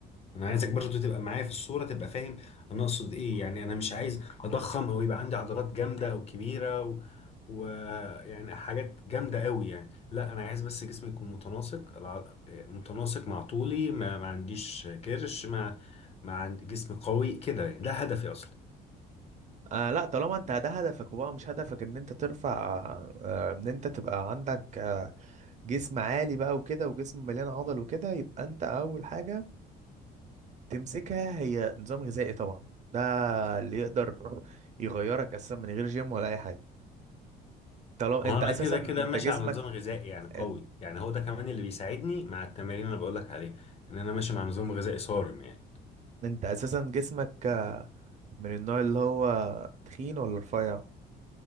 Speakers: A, on the left; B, on the right.
A: انا عايزك برضو تبقى معايا في الصورة تبقى فاهم انا اقصد ايه يعني انا مش عايز اضخم او يبقى عندي عضلات جامدة او كبيرة و... و... يعني حاجات جامدة قوي يعني لا انا عايز بس جسمي يكون متناسق الع... متناسق مع طولي ما, ما عنديش كرش ما ما عندي جسم قوي كده يعني ده هدفي اصلا
B: آه لا طالما انت ده هدفك وبقى مش هدفك ان انت ترفع آه ان انت تبقى عندك آه جسم عالي بقى وكده وجسم مليان عضل وكده يبقى انت اول حاجة تمسكها هي نظام غذائي طبعا ده اللي يقدر يغيرك اساسا من غير جيم ولا اي حاجه طالما
A: وانا
B: انت اساسا
A: كده كده
B: انت
A: ماشي
B: جسمك
A: على نظام غذائي يعني قوي
B: انت,
A: يعني هو ده كمان اللي بيساعدني مع التمارين اللي بقولك عليها ان انا ماشي مع نظام غذائي صارم يعني
B: انت اساسا جسمك آه، من النوع اللي هو تخين ولا رفيع